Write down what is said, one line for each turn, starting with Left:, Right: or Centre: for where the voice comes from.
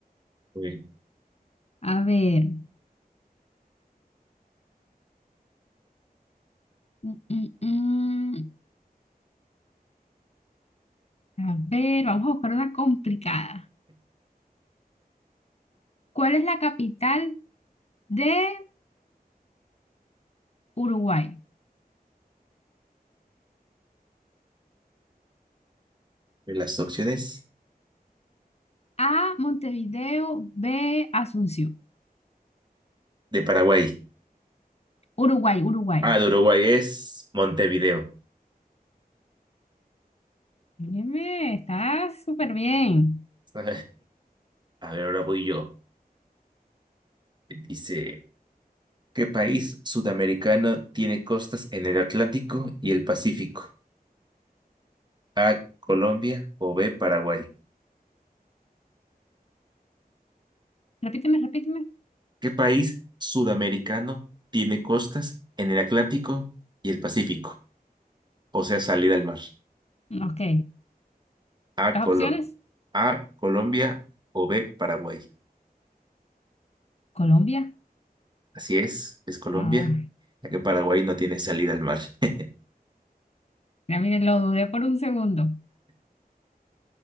Right: Muy
Left: A ver. mm, mm, mm. A ver, vamos a buscar una complicada. ¿Cuál es la capital de Uruguay?
Right: De Las opciones
Left: A, Montevideo, B, Asunción.
Right: de Paraguay.
Left: Uruguay, Uruguay.
Right: Ah, de Uruguay es Montevideo.
Left: Óyeme, está súper bien.
Right: <laughs> A ver, ahora voy yo. Dice, ¿qué país sudamericano tiene costas en el Atlántico y el Pacífico? A, Colombia o B, Paraguay.
Left: Repíteme, repíteme.
Right: ¿Qué país sudamericano tiene costas en el Atlántico y el Pacífico? O sea, salida al mar.
Left: Ok.
Right: A,
Left: Las
Right: Colo-
Left: opciones.
Right: A, Colombia o B, Paraguay.
Left: Colombia.
Right: Así es, es Colombia,
Left: Ah,
Right: ya que Paraguay no tiene salida al mar. <laughs>
Left: ya miren, lo dudé por un segundo.